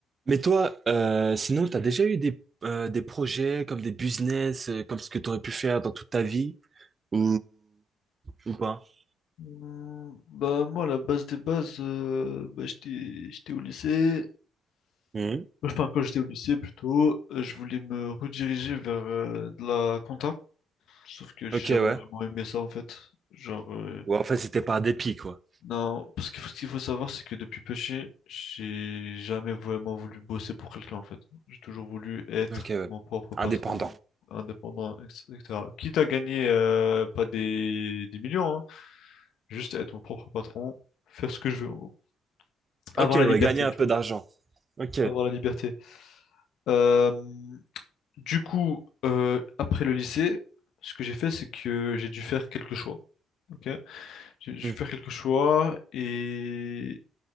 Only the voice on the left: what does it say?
Hum, Bah moi la base des bases euh, bah, j'étais j'étais au lycée
enfin quand j'étais au lycée plutôt euh, je voulais me rediriger vers euh, de la compta sauf que j'ai
jamais
vraiment aimé ça en fait genre euh,
non parce que ce qu'il faut savoir c'est que depuis petit j'ai jamais vraiment voulu bosser pour quelqu'un en fait j'ai toujours voulu être
mon propre patron
indépendant etc etc. quitte à gagner euh, pas des, des millions hein, Juste être mon propre patron, faire ce que je veux, en gros. avoir
la liberté,
tu
vois,
avoir la liberté. Euh, du coup, euh, après le lycée, ce que j'ai fait, c'est que j'ai dû faire quelques choix. Ok, j'ai j'ai dû
faire quelques choix et,